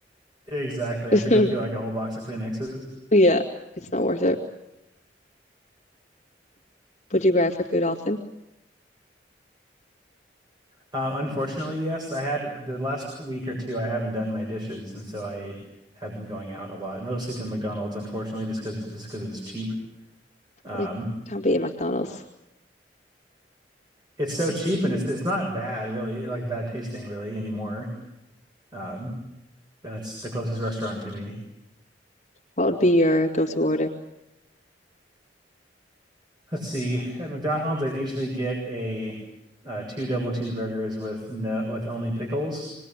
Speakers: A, on the right; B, on the left.
A: Exactly.
B: <laughs>
A: I have to go through like a whole box of Kleenexes.
B: Yeah, it's not worth it. Would you grab for food often?
A: Uh, unfortunately, yes. I had the last week or two, I haven't done my dishes, and so I have been going out a lot, mostly to McDonald's, unfortunately, just because just because it's cheap. Um,
B: You can't be at McDonald's.
A: it's so cheap, and it's it's not bad, really, like bad tasting, really anymore. Um, and it's the closest restaurant to me.
B: What would be your go-to order?
A: Let's see. At McDonald's, I usually get a uh, two double cheeseburgers with no with only pickles.